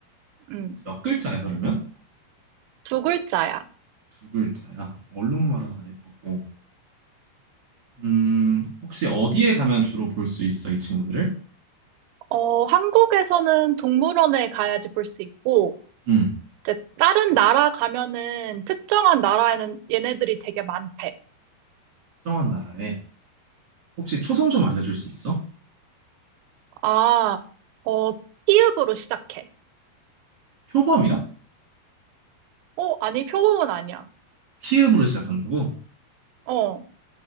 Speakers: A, on the right; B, on the right.
A: 음,
B: 혹시 몇 글자야, 그러면?
A: 두 글자야.
B: 두 글자야. 얼룩말은 아닐 거고. 음, 혹시 어디에 가면 주로 볼 수 있어, 이 친구들을?
A: 어, 한국에서는 동물원에 가야지 볼 수 있고,
B: 음,
A: 이제 다른 나라 가면은 특정한 나라에는 얘네들이 되게 많대.
B: 특정한 나라에. 혹시 초성 좀 알려줄 수 있어?
A: 아, 어, 피읍으로 시작해.
B: 표범이야?
A: 어, 아니, 표범은 아니야.
B: 피읍으로 시작한다고?
A: 어,